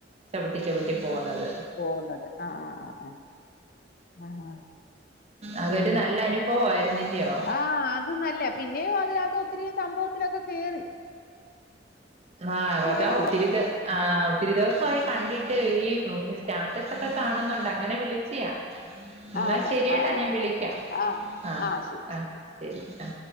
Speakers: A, on the right; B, on the left.
A: ചവിട്ടി ചവിട്ടി പോവുന്നത്
B: പോവുന്നത് അ അ അ ആ ആ
A: അതൊരു
B: പിന്നെ
A: നല്ല അനുഭവയിരുന്നു അല്ലയോ
B: ആ അത് നല്ല പിന്നെയും അതിനകത്ത് ഒത്തിരി സംഭവത്തിലൊക്കെ കേറി
A: ആ
B: എന്തായാലും
A: വതാ ഒത്തിരി
B: ന
A: ദ ആ ഒത്തിരി ദിവസായി കണ്ടിട്ട് ഈ സ്റ്റാറ്റസ്
B: ആ
A: ഒക്കെ കാണുന്നുണ്ട് അങ്ങനെ വിളിച്ചിയാ എന്നാ
B: ആന്ന്.
A: ശരിയട്ട
B: ആ, ആ,
A: ഞാൻ വിളിക്കാം
B: ആ. ആ.
A: അ
B: ശരി, ശരി.
A: ആ ശരി ആ